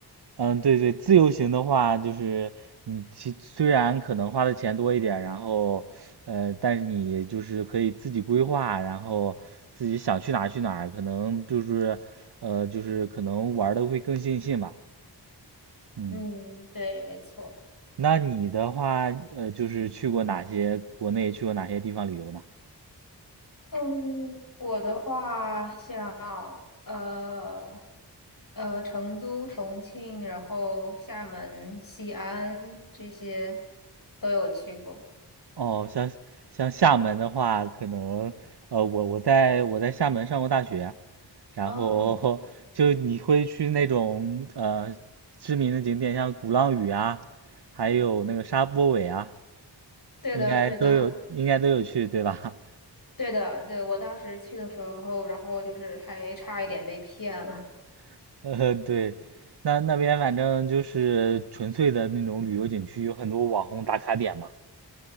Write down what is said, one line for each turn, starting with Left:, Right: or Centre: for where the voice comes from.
Right: 嗯，对对，自由行的话，就是你其虽然可能花的钱多一点，然后，呃，但是你就是可以自己规划，然后自己想去哪儿去哪儿，可能就是，呃，就是可能玩的会更尽兴吧。嗯。
Left: 嗯，对，没错。
Right: 那你的话，呃，就是去过哪些国内，去过哪些地方旅游呢？
Left: 嗯，我的话像呃呃成都、重庆，然后厦门、西安这些都有去过。
Right: 哦，像像厦门的话，可能呃，我我在我在厦门上过大学，然后就你会去那种呃知名的景点，
Left: 哦，
Right: 像鼓浪屿啊，还有那个沙坡尾啊，
Left: 对的，
Right: 应该都有，
Left: 对的，
Right: 应该都有去，对吧？
Left: <laughs> 对的，对，我当时去的时候，然后就是还差一点被骗了。
Right: <laughs> 呃，对，那那边反正就是纯粹的那种旅游景区，有很多网红打卡点嘛。